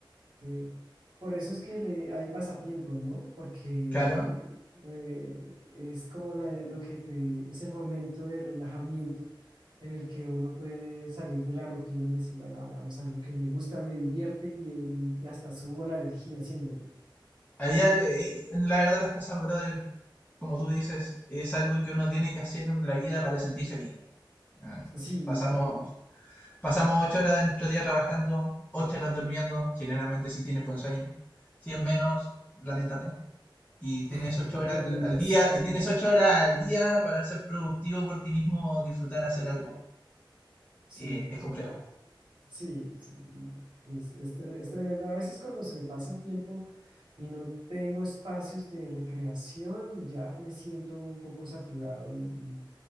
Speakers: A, on the right; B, on the left.
A: Eh, por eso es que le, hay pasatiempos, ¿no? Porque
B: Claro.
A: eh, es como la- lo que te, es el momento de relajamiento en el que uno puede salir de la rutina y decir, bueno, hagamos algo que me gusta, me divierte y, en- y hasta subo la energía haciéndolo.
B: Allá, eh, la verdad, las cosas, brother, como tú dices, es algo que uno tiene que hacer en la vida para sentirse vivo. Eh,
A: Sí,
B: pasamos,
A: eh,
B: pasamos ocho horas de nuestro día trabajando, ocho horas durmiendo, generalmente si tienes buen sueño. Si es menos, lamentate. y tienes
A: <laughs>
B: ocho horas al- día
A: sí,
B: y tienes ocho horas al día para ser productivo por ti mismo disfrutar hacer algo.
A: sí,
B: Eh, es
A: es
B: complejo.
A: verdad. Sí, sí, es, es tre- es tremendo. A veces cuando se me pasa el tiempo y no tengo espacios de recreación, ya me siento un poco saturado y, y